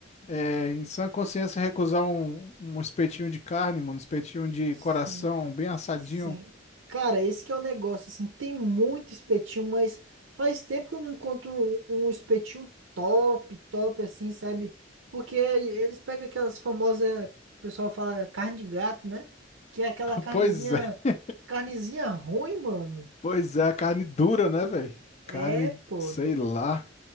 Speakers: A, on the left (about 35°); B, on the right (about 75°).
A: é, em sã consciência, recusar um, um espetinho de carne, mano, um espetinho de
B: Sim.
A: coração, bem assadinho?
B: Sim. Cara, esse que é o negócio, assim, tem muito espetinho, mas faz tempo que eu não encontro um, um espetinho top, top, assim, sabe? Porque eles pegam aquelas famosas, o pessoal fala carne de gato, né? Que é aquela carnezinha,
A: Pois é, <laughs>
B: carnezinha ruim, mano.
A: pois é, a carne dura, né, velho?
B: É,
A: Carne,
B: pô.
A: sei lá.